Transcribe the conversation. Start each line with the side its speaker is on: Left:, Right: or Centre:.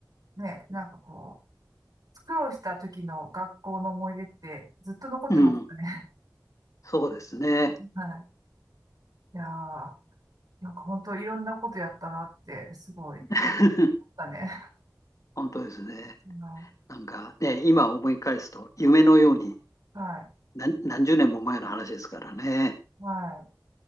Right: ね、なんかこう、苦労した時の学校の思い出ってずっと残ってますよね。
Left: うん、そうですね。
Right: <laughs> はい。いやー、なんか本当いろんなことやったなって、すごい思っ
Left: <laughs>
Right: たね。
Left: 本当ですね。
Right: <laughs> は
Left: なんかね、今思い返すと、夢のように
Right: い、はい、
Left: 何、何十年も前の話ですからね。
Right: はい。